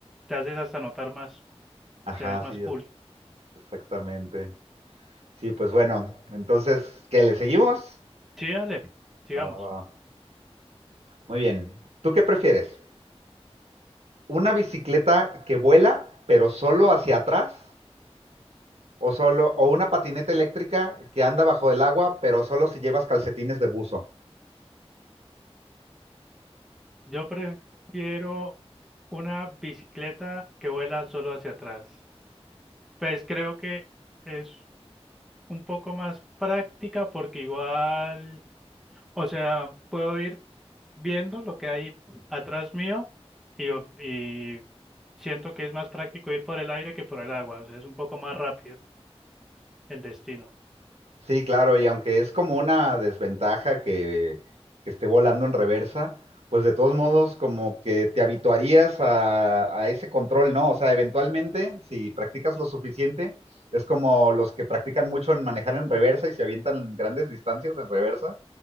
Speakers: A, in the centre; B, on the right.
A: te haces hasta notar más,
B: Ajá,
A: te ves más
B: sí,
A: cool.
B: es, exactamente. Sí, pues bueno, entonces, ¿qué le seguimos?
A: Sí, dale, sigamos.
B: Ah, ah. muy bien. ¿Tú qué prefieres? ¿Una bicicleta que vuela, pero solo hacia atrás? O solo, o una patineta eléctrica que anda bajo el agua, pero solo si llevas calcetines de buzo.
A: Yo prefiero una bicicleta que vuela solo hacia atrás. Pues creo que es un poco más práctica porque igual, o sea, puedo ir viendo lo que hay atrás mío y, y siento que es más práctico ir por el aire que por el agua, o sea, es un poco más rápido el destino.
B: Sí, claro, y aunque es como una desventaja que, que esté volando en reversa, pues de todos modos como que te habituarías a, a ese control, ¿no? O sea, eventualmente, si practicas lo suficiente, es como los que practican mucho en manejar en reversa y se avientan grandes distancias en reversa,